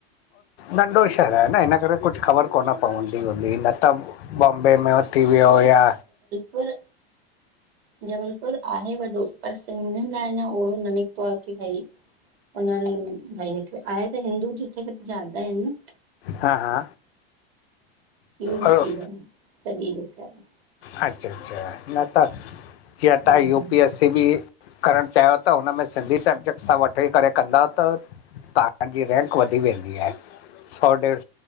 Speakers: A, on the left; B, on the right.
A: नंढो शहर आहे न, हिन करे कुछ ख़बर कोन पवंदी हूंदी न। त बॉम्बे में उथी वियो या
B: पर, जबलपुर आहे वॾो पर सिंधियुनि लाइ अना ओड़ो न निकितो आ की भाई उन नि भाई हिक, आहे त हिंदू जिथे किथे ज्यादा आहिन न
A: हा हा
B: इहो बी
A: और-
B: थी वञे, सॼे जे करे
A: अच्छा अच्छा, न त कीअं
B: हम्म
A: त U
B: hmm
A: P S C B करणु चाहियो त हुनमें सिंधी सबजेैक्ट सां वठी करे कंदा त तव्हांजी रेंंक वधी वेंदी आहे, सौ डेढ